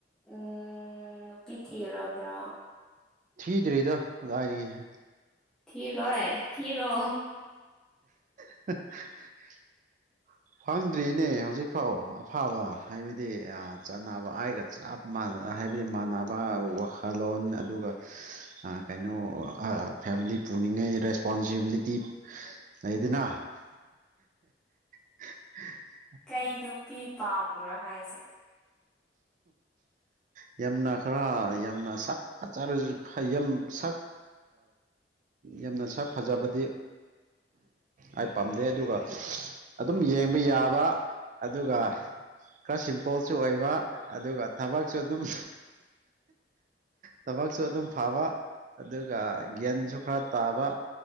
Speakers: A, in the centre; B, on the right (about 45°).
A: ꯎꯝ ꯄꯤꯊꯤꯔꯕ꯭ꯔꯥ
B: ꯊꯤꯗꯤꯔꯦꯗ ꯑꯥꯏꯔꯤꯒꯦꯍ
A: ꯊꯤꯔꯣꯥꯏ ꯊꯤꯔꯣ
B: <unintelligible> ꯐꯪꯗ꯭ꯔꯤꯅꯦ ꯍꯧꯖꯤꯛꯐꯥꯎ ꯑꯐꯕ ꯍꯥꯏꯕꯗꯤ ꯆꯥꯟꯅꯕ ꯍꯥꯏꯒ ꯆꯞ ꯃꯥꯟꯅ ꯍꯥꯏꯕꯗꯤ ꯃꯥꯟꯅꯕ ꯋꯥꯈꯜꯂꯣꯟ ꯑꯗꯨꯒ ꯀꯩꯅꯣ ꯐꯦꯃꯤꯂꯤ ꯄꯨꯅꯤꯡꯉꯥꯏ ꯔꯦꯁꯄꯣꯟꯁꯤꯕꯤꯂꯤꯇꯤ ꯂꯩꯗꯅ <unintelligible>
A: ꯀꯩ ꯅꯨꯄꯤ ꯄꯥꯝꯕ꯭ꯔꯣ ꯍꯥꯏꯁꯦ
B: ꯎ ꯌꯥꯝꯅ ꯈꯔ ꯌꯥꯝꯅ ꯁꯛ ꯐꯖꯔꯁꯨ ꯌꯥꯝ ꯁꯛ ꯌꯥꯝꯅ ꯁꯛ ꯐꯖꯕꯗꯤ ꯑꯩ ꯄꯥꯝꯗꯦ ꯑꯗꯨꯒ ꯑꯗꯨꯝ ꯌꯦꯡꯕ ꯌꯥꯕ ꯑꯗꯨꯒ ꯈꯔ ꯁꯤꯝꯄꯜ ꯁꯨ ꯑꯣꯏꯕ ꯑꯗꯨꯒ ꯊꯕꯛꯁꯨ ꯑꯗꯨꯝ ꯊꯕꯛꯁꯨ ꯑꯗꯨꯝ ꯐꯕ ꯑꯗꯨꯒ ꯒ꯭ꯌꯥꯟꯁꯨ ꯈꯔ ꯇꯥꯕ